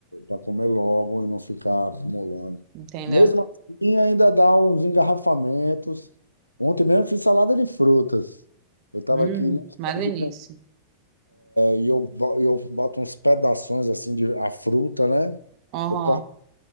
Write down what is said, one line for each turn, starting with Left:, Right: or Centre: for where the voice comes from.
Left: para comer logo e não ficar acumulando.
Right: entendeu?
Left: Mesmo assim, ainda dá uns engarrafamentos. Ontem mesmo fiz salada de frutas. Eu estava
Right: Hum,
Left: aqui no estande
Right: uma delícia.
Left: de e eu, bo- eu boto uns pedaços assim de a fruta, né?
Right: Uhum.
Left: Eu corto,